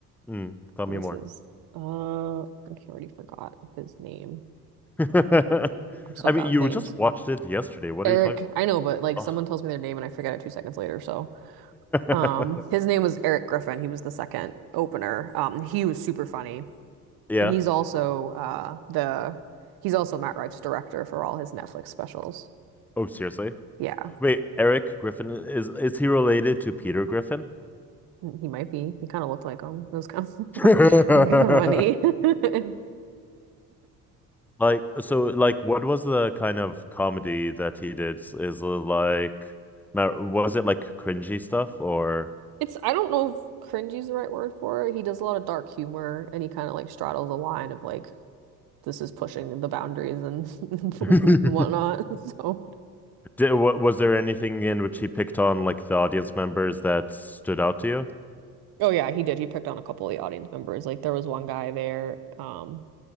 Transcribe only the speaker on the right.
what
was
his? Uh, I think I already forgot his name.
I'm so
bad
with names.
Eric,
I know, but like
someone tells me their name and I forget it two seconds later, so. Um,
his name was Eric Griffin. He was the second opener. Um, he was super funny,
and he's also uh the he's also Matt Rife's director for all his Netflix specials.
Yeah,
he might be. He kind of looked like him. It was kind of
<laughs> kind of funny. <laughs>
It's I don't know if cringy is the right word for it. He does a lot of dark humor, and he kind of like straddles the line of like this is pushing the boundaries and <laughs>
whatnot. So.
Oh yeah, he did. He picked on a couple of the audience members. Like there was one guy there. Um,